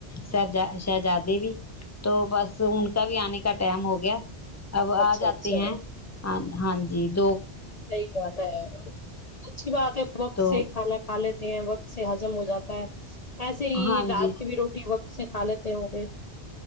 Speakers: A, on the left; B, on the left.
A: ش شہزادے بھی تو بس ان کا بھی آنے کا ٹائم ہو گیا اب
B: اچھا
A: آ جاتے
B: اچھا
A: ہیں ہاں جی تو
B: صحیح بات ہے اچھی بات ہے وقت
A: تو
B: سے کھانا کھا لیتے وقت سے ہضم ہو جاتا ایسے ہی
A: ہاں
B: رات
A: جی
B: کی بھی روٹی وت سکھا لیتے ہوں گے <unintelligible>